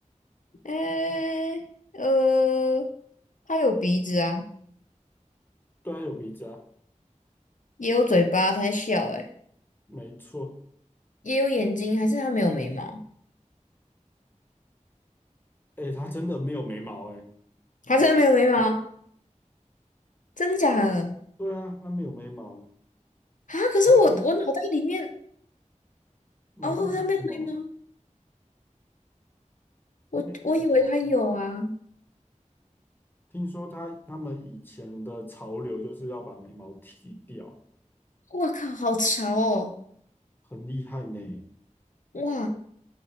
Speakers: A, on the left; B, on the left.
A: 诶，呃，他有鼻子啊，
B: 对啊，有鼻子啊，
A: 也有嘴巴，他在笑、欸，
B: 没错，
A: 也有眼睛，还是他没有眉毛？
B: 哎，她真的没有眉毛，哎，
A: 他真的没有眉毛？
B: 你看
A: 真的假的？
B: 对啊，她没有眉毛。
A: 啊！可是我我脑袋里面，
B: 哦，他脑袋有什么？
A: 哦，他没有眉毛，我我以为他有啊！
B: 他没有眉毛啊。听说他他们以前的潮流就是要把眉毛剃掉，
A: 哇靠，好潮哦！
B: 很厉害呢。
A: 哇，